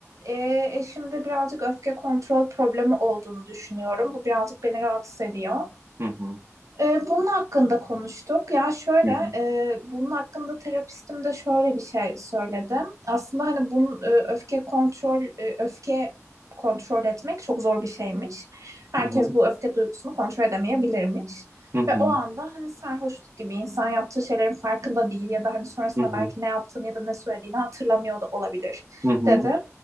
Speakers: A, on the right; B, on the right.
A: e, eşimde birazcık öfke kontrol problemi olduğunu düşünüyorum. Bu birazcık beni rahatsız ediyor.
B: Hı hı.
A: Ee, bunun hakkında konuştuk. Ya şöyle,
B: Hı hı.
A: e, bunun hakkında terapistim de şöyle bir şey söyledim. Aslında hani bunun e, öfke kontrol, e, öfke kontrol etmek çok zor bir şeymiş. Herkes
B: Hı.
A: bu öfke duygusunu kontrol edemeyebilirmiş.
B: Hı hı.
A: Ve o anda hani sarhoşluk gibi insan yaptığı şeylerin farkında değil ya da hani sonrasında
B: Hı hı.
A: belki ne yaptığını ya da ne söylediğini hatırlamıyor da olabilir
B: Hı hı.
A: dedi.